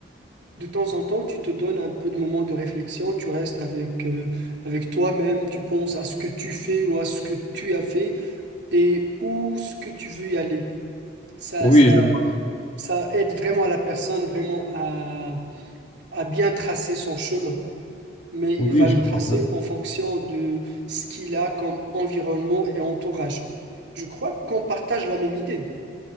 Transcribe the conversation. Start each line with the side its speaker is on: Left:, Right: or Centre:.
Right: de temps en temps tu te donnes un peu de moments de réflexion, tu restes avec, euh, avec toi-même, tu penses à ce que tu fais ou à ce que tu as fait et où ce que tu veux y aller. Ça,
Left: Oui,
Right: ça,
Left: je vois.
Right: ça aide vraiment la personne vraiment à, à bien tracer son chemin. mais
Left: Oui,
Right: il va
Left: je
Right: le tracer
Left: vois.
Right: en fonction de ce qu'il a comme environnement et entourage. Je crois qu'on partage la même idée.